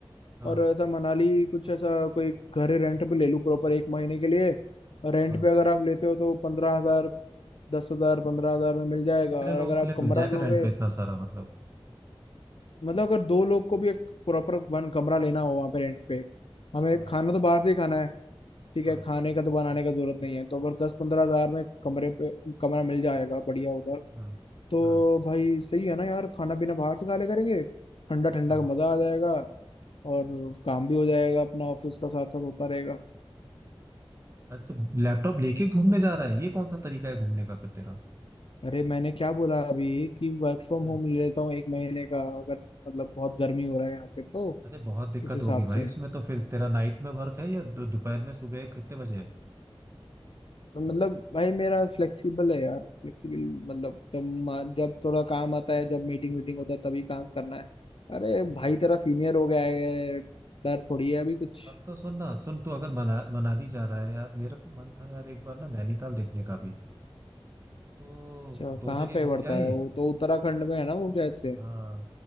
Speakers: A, on the right (about 30°); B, on the left (about 65°).
A: हाँ
B: और ऐसा मनाली कुछ ऐसा कोई घर रेंट पे ले लूँ प्रॉपर एक महीने के लिए और रेंट
A: हाँ
B: पे अगर आप लेते हो तो पंद्रह हजार दस हजार पंद्रह हजार में मिल जाएगा
A: कितने
B: और
A: लोगों
B: अगर
A: के
B: आप
A: लिए
B: कमरा
A: मिल जाएगा
B: लोगे
A: रेंट पे इतना सारा मतलब
B: मतलब अगर दो लोग को भी एक प्रॉपर वन कमरा लेना हो वहाँ पे रेंट पे हमें
A: हाँ
B: खाना तो बाहर से ही खाना है ठीक
A: हाँ
B: है खाने का तो बनाने का जरूरत नहीं है तो अगर दस पंद्रह हजार में कमरे पे कमरा मिल जाएगा बढ़िया उधर
A: हाँ
B: तो
A: हाँ
B: भाई सही है ना यार खाना पीना बाहर से खा ले करेंगे ठंडा ठंडा
A: हाँ
B: का मजा आ जाएगा और काम भी हो जाएगा अपना ऑफिस का साथ साथ होता रहेगा
A: अच्छा लैपटॉप लेके घूमने जा रहा है ये कौन सा तरीका है घूमने का फिर तेरा
B: अरे मैंने क्या बोला अभी कि वर्क फ्रॉम
A: हम्म।
B: होम ले लेता हूँ एक महीने का अगर मतलब बहुत गर्मी हो रहा है यहाँ पे तो
A: अरे बहुत दिक्कत
B: उस हिसाब
A: होगी भाई
B: से
A: उसमें तो फिर तेरा नाइट में वर्क है या दो- दोपहर में सुबह कितने बजे है
B: तो मतलब भाई मेरा फ्लेक्सिबल है यार फ्लेक्सिबल मतलब जब मा- जब थोड़ा काम आता है जब मीटिंग वीटिंग होता है तभी काम करना है अरे
A: हम्म,
B: भाई तेरा सीनियर हो गया है डर थोड़ी है अभी कुछ
A: तब तो सुन ना सुन तू अगर मना, मनाली जा रहा है यार मेरे को मन था यार एक बार ना नैनीताल देखने का भी तो
B: अच्छा
A: दो
B: कहाँ
A: जगह
B: पे
A: घूम
B: पड़ता
A: के आए
B: है वो तो उत्तराखंड में है ना वो शायद से
A: हाँ